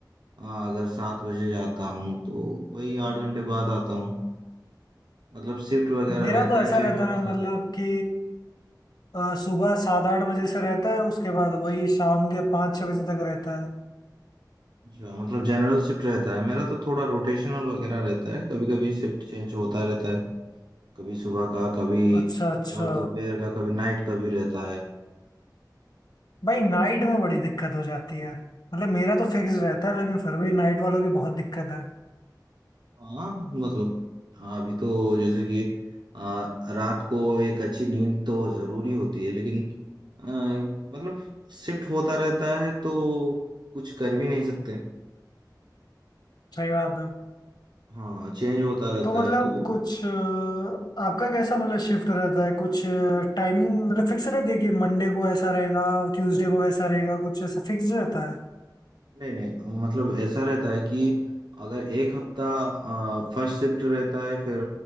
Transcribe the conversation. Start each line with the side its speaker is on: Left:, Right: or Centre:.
Right: अ, अगर सात बजे जाता हूँ तो वही आठ घंटे बाद आता हूँ मतलब शिफ्ट वगैरह
Left: मेरा
Right: रहता
Left: तो ऐसा
Right: है
Left: रहता
Right: चेंज होता
Left: है मतलब
Right: रहता है
Left: कि अ, सुबह सात आठ बजे से रहता है उसके बाद वही शाम के पाँच छः बजे तक रहता है
Right: अच्छा मतलब जनरल शिफ्ट रहता है मेरा तो थोड़ा रोटेशनल वगैरह रहता है कभी कभी शिफ्ट चेंज होता रहता है कभी सुबह का कभी
Left: अच्छा अच्छा
Right: मतलब दोपहर का कभी नाइट का भी रहता है
Left: भाई नाइट में बड़ी दिक्कत हो जाती है मतलब मेरा तो फिक्स रहता है लेकिन फिर भी नाइट वालों की बहुत दिक्कत है
Right: हाँ मतलब हाँ, अभी तो जैसे कि आ, रात को एक अच्छी नींद तो जरूरी होती है लेकिन आ, मतलब शिफ्ट होता रहता है तो कुछ कर भी नहीं सकते
Left: सही बात है
Right: हाँ चेंज होता रहता
Left: तो मतलब
Right: है तो
Left: कुछ अ, आपका कैसा मतलब शिफ्ट रहता है कुछ टाइमिंग मतलब फिक्स रहती है कि मंडे को ऐसा रहेगा ट्यूसडे को ऐसा रहेगा कुछ ऐसा फिक्स रहता है
Right: नहीं नहीं मतलब ऐसा रहता है कि अगर एक हफ्ता फर्स्ट शिफ्ट रहता है फिर